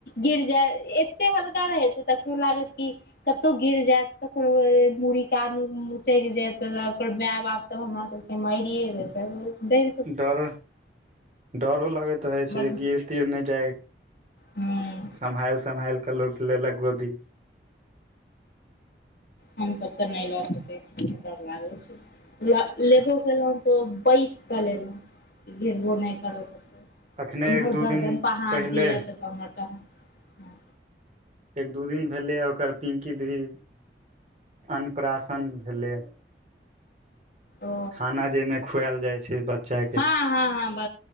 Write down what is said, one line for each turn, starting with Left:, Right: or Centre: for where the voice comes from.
Left: गिर जाय एते हल्का रहै छैय त उ लागत की कतौ गिर जायत ककरो मूड़ी कान मुचैक जायत ओकर माय बाप तब हमरा सबके मारिये देतै हौ बेल
Right: डर डरो लगैत रहै छै
Left: <unintelligible>
Right: गिर तिर नहि जाय
Left: हुँ
Right: सम्हालि सम्हालि कऽ लोक लेलक गोदी
Left: हम सब तऽ नय लऽ सकै छी डर लागे छै लब लेबो केलौं तो बैसि कऽ लेलौं गिरबो नय करल कतौ
Right: अखने
Left: इम्हर
Right: एक दू
Left: गर्दन
Right: दिन
Left: पर हाथ
Right: पहिले
Left: दिअ तऽ कमर पर हाथ
Right: एक दू दिन भेलैये ओकर पिंकी दीदी अन्नप्राशन भेलै
Left: ओ
Right: खाना जैमे खुएल जाइ छै बच्चा के
Left: हँ हँ हँ ब